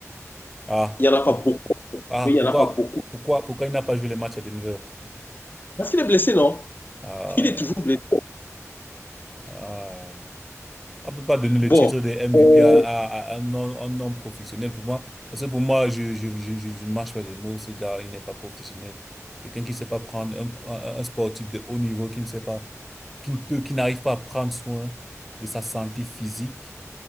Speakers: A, in the centre; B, on the left.
A: Ah,
B: Il n'y en a
A: pour-
B: pas beaucoup.
A: ah,
B: Mais il n'y
A: pourquoi,
B: en a pas beaucoup.
A: pourquoi, pourquoi il n'a pas joué les matchs à Denver?
B: Parce qu'il est blessé, non?
A: Ah,
B: Il est toujours blessé.
A: ah. On ne peut pas donner le
B: Bon.
A: titre de MVP
B: euh,
A: à, à- à un non, un non professionnel pour moi. Parce que pour moi, je, je, je, je, je ne marche pas des mots. Ce gars, il n'est pas professionnel. Quelqu'un qui ne sait pas prendre un, un, un sportif de haut niveau, qui ne sait pas, qui ne peut, qui n'arrive pas à prendre soin de sa santé physique.